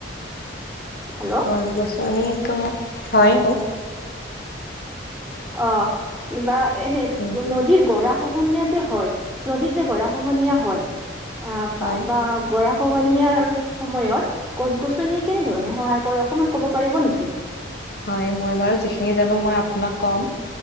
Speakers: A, in the centre; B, on the left.
A: হেল্ল'
B: গছ গছনিটো হয় ব
A: অ বা এনে
B: হয়
A: নদীৰ গৰা খহনীয়া যে হয় নদীত যে গৰা খহনীয়া হয় অহ
B: হয়
A: বা গৰা- -খহনিয়াৰ সময়ত গছ গছনিয়ে কেনেধৰণে সহায় কৰে অকনমান ক'ব পাৰিব নেকি?
B: হয় মই বাৰু যিখিনি জানো মই আপোনাক কম।